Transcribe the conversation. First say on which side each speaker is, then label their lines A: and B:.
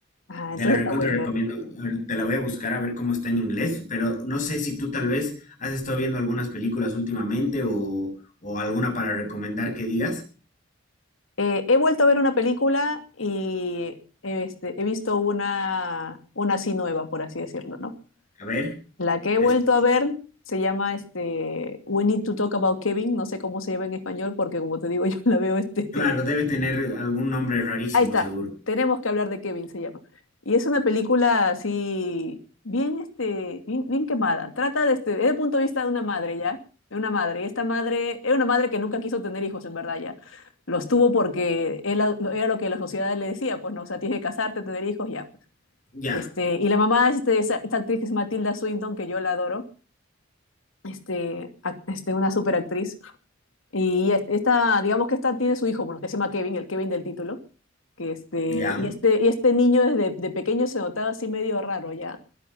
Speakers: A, on the left; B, on the left.
A: Ah,
B: Te
A: entonces
B: la recontra
A: la voy
B: recomiendo.
A: a ver.
B: A ver, Te la voy a buscar a ver cómo está en inglés, pero no sé si tú tal vez has estado viendo algunas películas últimamente o, o alguna para recomendar que digas.
A: Eh, he vuelto a ver una película y este, he visto una, una así nueva, por así decirlo, ¿no?
B: A ver,
A: La que
B: te
A: he vuelto
B: escu-
A: a ver se llama este We Need to Talk About Kevin. No sé cómo se llama en español porque como te digo <laughs> yo la veo este...
B: claro, debe tener algún nombre rarísimo,
A: Ahí está.
B: seguro.
A: Tenemos que hablar de Kevin se llama. Y es una película así bien, este, bien, bien quemada. Trata de este, desde el punto de vista de una madre ya. De una madre. Y esta madre era una madre que nunca quiso tener hijos en verdad ya. Los tuvo porque él- era lo que la sociedad le decía, pues no, o sea, tienes que casarte, tener hijos, ya, pues.
B: Ya,
A: Este, y la mamá, este, esa- esta actriz que es Matilda Swinton, que yo la adoro, este, ac- este, una superactriz. Y es- esta, digamos que esta tiene su hijo, porque se llama Kevin, el Kevin del título. Que este,
B: ya,
A: y este, y este niño desde de pequeño se notaba así medio raro ya.